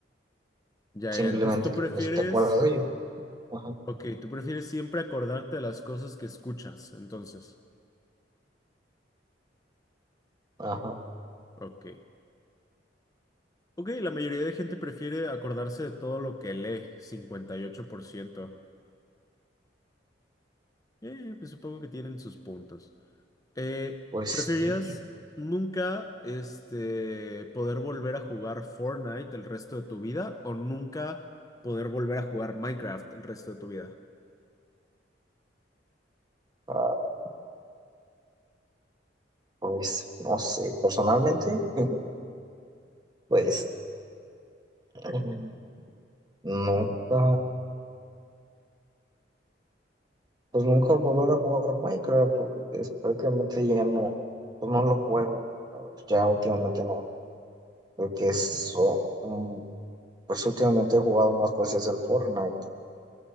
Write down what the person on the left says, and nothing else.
Ya,
ya. Entonces tú
prefieres,
ok, tú prefieres siempre acordarte de las cosas que escuchas, entonces,
ok. Ok, la mayoría de gente prefiere acordarse de todo lo que lee, 58%. Eh, pues supongo que tienen sus puntos. Eh,
¿preferirías
nunca este, poder volver a jugar Fortnite el resto de tu vida o nunca poder volver a jugar Minecraft el resto de tu vida?